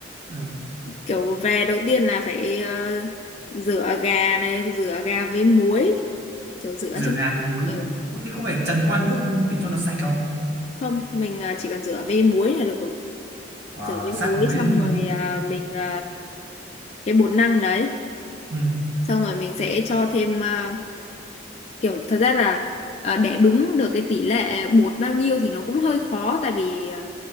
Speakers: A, on the right; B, on the left.
A: ừ,
B: kiểu về đầu tiên là phải ờ, rửa gà này rửa gà với muối kiểu rửa
A: rửa
B: cho
A: gà với muối
B: ừ
A: Ô, thế có phải trần qua nước để cho nó sạch không
B: không mình ờ, chỉ cần rửa với muối là được rồi
A: Ờ,
B: rửa với
A: sát
B: muối
A: muối
B: xong
A: lên nhưng
B: rồi
A: mà
B: ờ, mình ờ, cái bột năng đấy
A: ừ,
B: xong rồi mình sẽ cho thêm ờ, kiểu thật ra là ờ, để đúng được cái tỷ lệ bột bao nhiêu thì nó cũng hơi khó tại vì ờ,